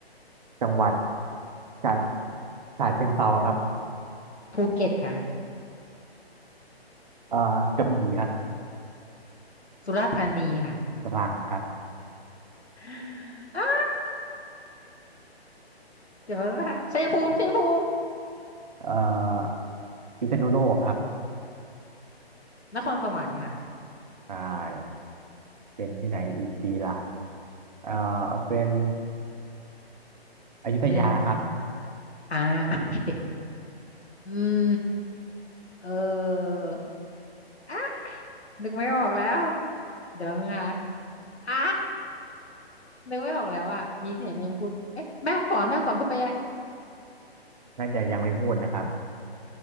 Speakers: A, on the right; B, on the left.
A: จังหวัดฉะฉะเชิงเทราครับ
B: ภูเก็ตค่ะ
A: เอ่อกระบี่ครับ
B: สุราษฎร์ธานีค่ะ
A: ตรังครับ
B: <gasps> อ้าเดี๋ยวแป๊บนะคะชัยภูมิชัยภูมิ
A: เอ่อพิษณุโลกครับ
B: นครสวรรค์ค่ะ
A: อ่าเป็นที่ไหนอีกดีล่ะ เอ่อเอาเป็นอยุธยาครับ
B: หนึ่งอ่า <laughs> โอเค อืมเอออ่ะนึกไม่ออกแล้วเดี๋ยวนะคะอ่านึกไม่ออกแล้วว่ามีที่ไหนมันยังไม่พูดเอ๊ะแม่ฮ่องสอนแม่ฮ่องสอนพูดไปยัง
A: น่าจะยังไม่พูดนะครับ